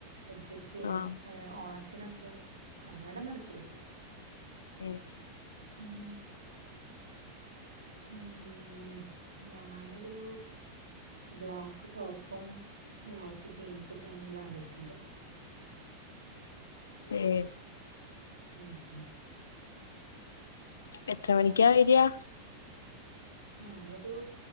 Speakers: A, on the right (about 75°); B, on the left (about 70°).
A: അഡ്ജസ്റ്റ് ചെയ്യും.
B: ആഹ്
A: ഈ ഓണത്തിനൊക്കെ. അല്ലാണ്ട ഒന്നും ഉടുക്കില
B: ഉം
A: ഉം ഉം ഞാനൊരു ബ്ലാക്ക് ടോപ്പും ബ്ലാക്ക് ജീൻസും ഇട്ടാലോന്ന്, ആലോചിക്കുന്നുണ്ട്.
B: ഏഹ്.
A: ഉം, ഉം
B: എത്ര മണിക്കാ വരിയാ.
A: ഞാനൊരു